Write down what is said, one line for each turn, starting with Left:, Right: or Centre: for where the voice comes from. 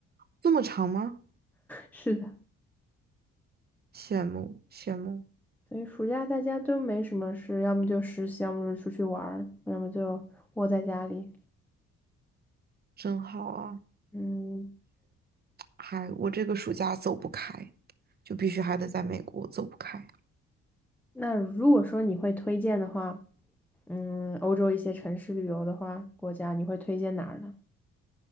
Right: 这么长吗？
Centre: <laughs> 是的，
Right: 羡慕羡慕，
Centre: 所以暑假大家都没什么事，要么就实习，要么就出去玩儿，要么就窝在家里。
Right: 真好啊！
Centre: 嗯，
Right: 嗨，我这个暑假走不开，就必须还得在美国走不开。
Centre: 那如果说你会推荐的话，嗯，欧洲一些城市旅游的话，国家你会推荐哪儿呢？